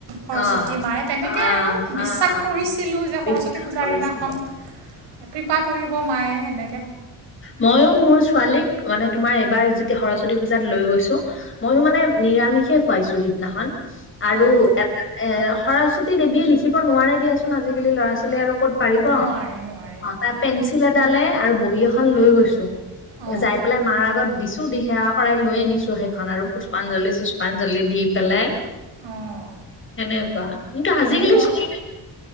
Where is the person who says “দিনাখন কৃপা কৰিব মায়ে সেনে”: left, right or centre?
Right